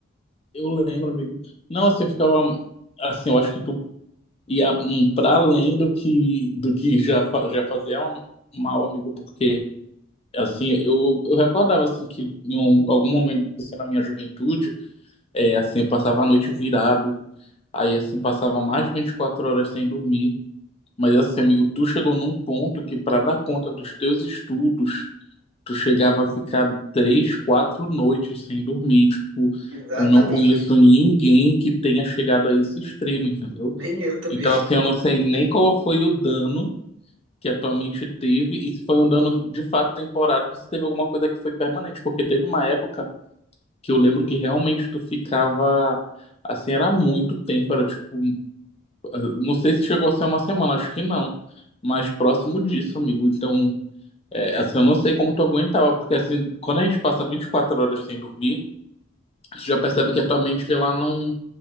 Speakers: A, on the left; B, on the right.
A: Eu lembro, amigo. Não, assim, eu ficava, assim, eu acho que tu E a- um, para além do que, do que já, fa- já fazia é um mal, amigo, porque assim, eu, eu recordava assim, que em um- algum momento assim, na minha juventude, é, assim, eu passava a noite virado, aí assim, passava mais de 24 horas sem dormir. Mas assim, amigo, tu chegou num ponto que para dar conta dos teus estudos, tu chegava a ficar três, quatro noites sem dormir. Tipo,
B: Exatamente.
A: eu não conheço ninguém que tenha chegado a esse extremo, entendeu?
B: Nem eu também.
A: Então, assim, eu não sei nem qual foi o dano que a tua mente teve e se foi um dano de fato temporário, se teve alguma coisa que foi permanente, porque teve uma época que eu lembro que realmente tu ficava assim, era muito tempo, era tipo, não sei se chegou a ser uma semana, acho que não, mas próximo disso, amigo. Então, é, assim, eu não sei como tu aguentava, porque assim, quando a gente passa 24 horas sem dormir, tu já percebe que a tua mente ela não